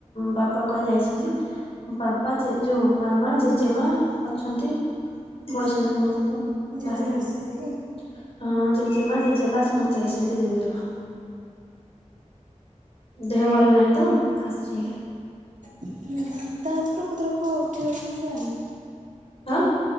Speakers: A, on the left (about 50°); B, on the right (about 85°).
A: ବାବା କୁହାଯାଇଛନ୍ତି ବାବା ଯୋଉ ମାମା ମା ଜେଜେମା ଅଛନ୍ତି
B: ହୁଁ
A: ବଇସନ୍ତି ସମସ୍ତେ ଆଉ
B: ଜେଜେମା
A: ବାହାରେ ଆଉ
B: ଆସିଛନ୍ତି କି?
A: ହଁ ଜେଜେମା ଜେଜେବା ସମସ୍ତେ ଆାଇଛନ୍ତି ଜମଜମା ଦେହ ଭଲ ନାହିଁ ତ ଆସିଛନ୍ତି।
B: ତାହେଲେ ପ୍ରକୃତରେ କଉଠି ରହୁଛନ୍ତି ସେମାନେ?
A: ଆଁ।